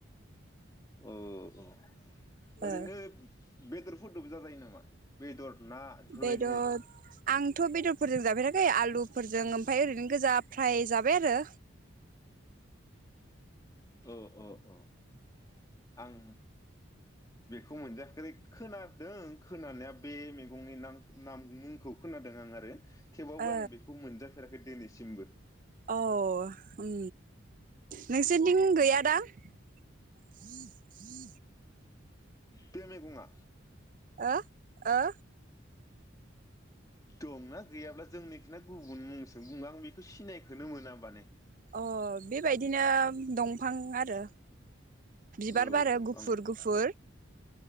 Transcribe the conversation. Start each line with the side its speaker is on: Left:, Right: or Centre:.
Left: औ अ ओरैनो
Right: ओ
Left: बेदर फुदबजा जायो नामा बेदर ना बेफोरबायदिहाय
Right: बेदर आंथ' बेदरफोरजों जाफेरा खै आलुफोरजों ओमफाय ओरैनो गोजा फ्राय जाबाय आरो
Left: औ अ-अ आं बेखौ मोनजाफेरै खोनादों खोनानाया बे मैगंनि नां नाम मुंखौ खोनादों आं आरो थेवबाबो
Right: ओ
Left: आं बेखौ मोनजा फेराखै दिनैसिमबो
Right: औ उम नोंसोनथिं
Left: बे
Right: गैया दां? <inaudible>
Left: बे मैगंङा
Right: ओ-ओ
Left: दंना गैयाब्ला जोंनिखिना गुबुन मुंजों बुङो आं बेखौ सिनायखोनो मोना माने
Right: अ बेबायदिनो दंफां आरो बिबार
Left: औ
Right: बारो
Left: औ
Right: गुफुर-गुफुर
Left: आं